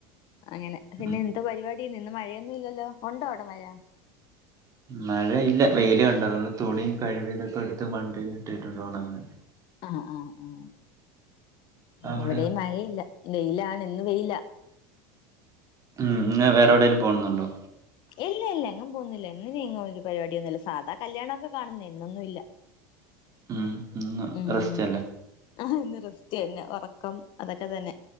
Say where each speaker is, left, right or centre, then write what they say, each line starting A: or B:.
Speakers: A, on the left; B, on the right.
A: അങ്ങനെ പിന്നെ
B: ഉം
A: എന്ത പരിപാടി ഇന്ന് മഴയൊന്നും ഇല്ലല്ലോ ഉണ്ടോ അവിടെ മഴ
B: മഴ ഇല്ല വെയിലുണ്ട് അതുകൊണ്ട് തുണി കഴിവി ഇതൊക്കെ എടുത്ത് വണ്ടിൽ ഇട്ടിട്ടുണ്ട് ഒണങ്ങാൻ
A: ആഹ് ആഹ് ആഹ് ഉം
B: അവിടെയോ
A: ഇവിടെ മഴയില്ല വെയിലാണ് ഇന്ന് വെയില
B: ഉം ഇന്ന് വേറെ എവിടേലും പോകുന്നുണ്ടോ
A: ഇല്ല ഇല്ല എങ്ങും പോകുന്നില്ല ഇന്ന് ഇങ്ങും ഒരു പരിപാടിയൊന്നുംമില്ല സാധാ കല്യാണൊക്കെ കാണു ഇന്നൊന്നും ഇല്ല
B: ഉം ഇന്ന്
A: ഉം
B: റസ്റ്റല്ലേ
A: ആഹ് ഇന്ന് റസ്റ്റ്തന്നെ ഉറക്കം അതൊക്കെ തന്നെ